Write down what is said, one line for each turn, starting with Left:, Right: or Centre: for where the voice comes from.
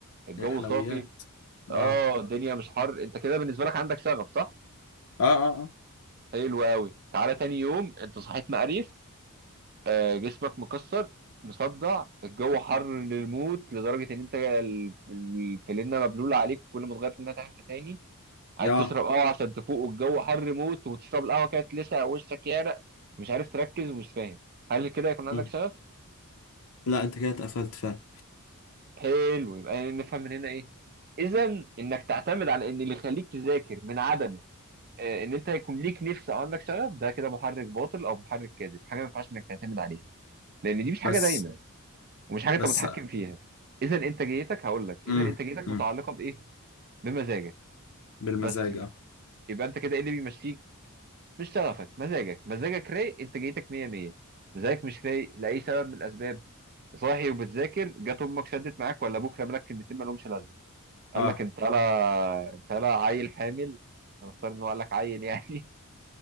Right: الجو
Left: يا الحلويات
Right: صافي اه
Left: اه
Right: الدنيا مش حر انت كده بالنسبه لك عندك شغف صح
Left: اه اه اه
Right: حلو قوي تعالى تاني يوم انت صحيت مقريف آه، جسمك مكسر مصدع الجو حر للموت لدرجه ان انت ال- الفلينة مبلوله عليك وكل ما تغير فينها تحت تاني عايز
Left: اه
Right: تشرب قهوه عشان تفوق والجو حر موت وتشرب القهوه كده تلسع وشك يعرق مش عارف تركز ومش فاهم هل كده يكون عندك
Left: مم.
Right: شغف؟
Left: لا انت كده اتقفلت فعلا
Right: حلو يبقى نفهم من هنا ايه؟ اذا انك تعتمد على ان اللي يخليك تذاكر من عدم آه، ان انت يكون ليك نفس او عندك شغف ده كده محرك باطل او محرك كاذب حاجه ما ينفعش انك تعتمد عليها لان دي مش حاجه
Left: بس
Right: دايمه ومش حاجه انت
Left: بس
Right: متحكم فيها اذا انتاجيتك هقول لك اذا
Left: امم
Right: انتاجيتك
Left: امم
Right: متعلقه بايه بمزاجك
Left: بالمزاج
Right: بس يبقى,
Left: اه
Right: يبقى انت كده ايه اللي بيمشيك مش شغفك مزاجك مزاجك رايق انتاجيتك 100 100 مزاجك مش رايق لاي سبب من الاسباب صاحي وبتذاكر جت امك شدت معاك ولا ابوك رمى لك كلمتين ما لهمش لازمه قال
Left: اه
Right: لك انت لا انت لا عيل حامل نفترض ان هو قال لك عيل يعني